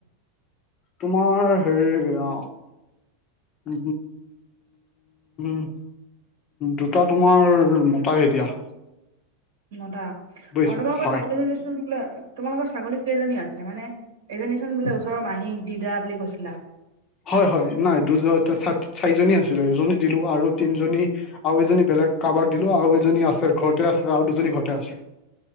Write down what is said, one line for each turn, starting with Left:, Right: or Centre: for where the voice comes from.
Left: তোমাৰ হেৰি অ'। উ, উ। দুটা তোমাৰ মতায়ে দিয়া।
Right: নটা। অৰ
Left: বুজিছা
Right: তোমাৰলোকৰ
Left: হয়
Right: চকটনি নিচোন বোলে তোমালোকৰ ছাগলী কেইজনী আছে? মানে এজনী চোন বোলে ওচৰৰ মাহীক দি দা বুলি কৈছিলা।
Left: হয়, হয়। নাই দুজন চাৰিজনী আছিলে, এজনী দিলো আৰু তিনজনী আৰু এজনী বেলেগ কাৰোবাক দিলোঁ আৰু এজনী আছে, ঘৰতে আছে আৰু দুজনী ঘৰতে আছে।